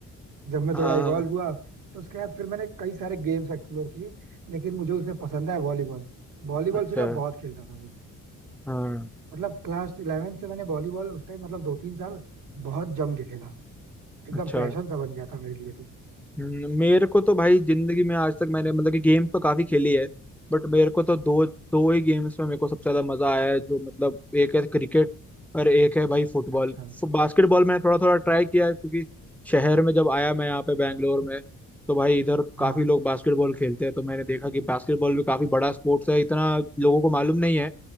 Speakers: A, on the right; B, in the centre.
A: जब मैं
B: हाँ
A: थोड़ा इवॉल्व
B: हाँ
A: हुआ तो उसके बाद फिर मैंने कई सारे गेम्स एक्सप्लोर किए लेकिन मुझे उसमें पसंद है वॉलीबॉल वॉलीबॉल
B: अच्छा
A: फिर मैं बहुत खेलता था भाई
B: हाँ
A: मतलब क्लास इलेवेंथ से मैंने वॉलीबॉल उस टाइम मतलब दो तीन साल बहुत जम के खेला एकदम
B: अच्छा
A: पैशन सा बन गया था मेरे लिए तो
B: हम्म, मेरे को तो भाई जिंदगी में आज तक मैंने मतलब कि गेम तो काफी खेली है बट मेरे को तो दो दो ही गेम्स में मेरे को सबसे ज्यादा मजा आया है जो मतलब एक है क्रिकेट और एक है भाई फुटबॉल
A: अच्छा
B: बास्केटबॉल मैंने थोड़ा थोड़ा ट्राई किया है क्योंकि शहर में जब आया मैं यहाँ पे बैंगलोर में तो भाई इधर
A: हाँ
B: काफी लोग बास्केटबॉल खेलते हैं तो मैंने देखा कि बास्केटबॉल भी काफी बड़ा स्पोर्ट्स है इतना लोगों को मालूम नहीं है